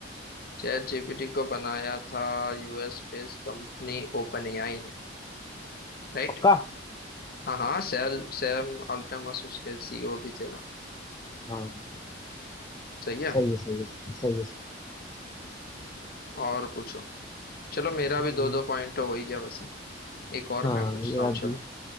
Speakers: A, on the left; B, on the left.
A: चैट जीपीटी को बनाया था US based company OpenAI ने राइट
B: पक्का
A: हाँ हाँ सैल सैम अल्टमस उसके सीईओ भी थे ना
B: हाँ
A: सही है
B: सही है सही है सही है सही
A: और पूछो चलो मेरा
B: है
A: भी
B: हम्म,
A: दो दो पॉइंट हो ही गया वैसे एक और
B: हाँ
A: मैं पूछता
B: ये बात
A: हूँ चलो
B: भी